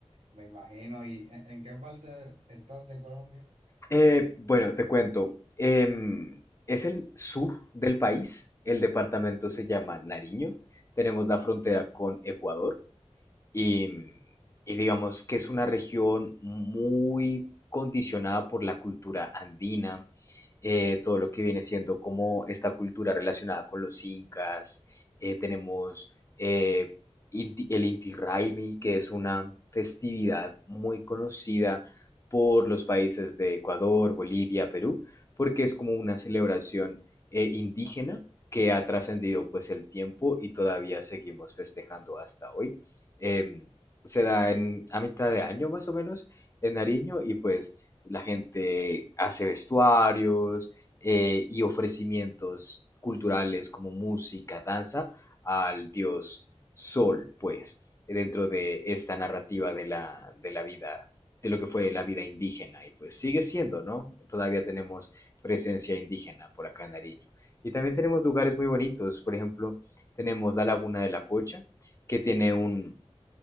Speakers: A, on the right; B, on the left.
A: Me imagino, ¿y en en qué parte estás de Colombia?
B: Eh, bueno, te cuento. em, es el sur del país. El departamento se llama Nariño. Tenemos la frontera con Ecuador y, y digamos que es una región muy condicionada por la cultura andina, eh, todo lo que viene siendo como esta cultura relacionada con los incas. eh, tenemos eh, Inti- el Inti Raymi, que es una festividad muy conocida por los países de Ecuador, Bolivia, Perú, porque es como una celebración eh, indígena que ha trascendido pues el tiempo y todavía seguimos festejando hasta hoy. Em, se da en, a mitad de año más o menos en Nariño y pues la gente hace vestuarios eh, y ofrecimientos culturales como música, danza al dios Sol, pues, dentro de esta narrativa de la, de la vida, de lo que fue la vida indígena. Y pues sigue siendo, ¿no? Todavía tenemos presencia indígena por acá en Nariño. Y también tenemos lugares muy bonitos, por ejemplo, tenemos la Laguna de la Cocha, que tiene un,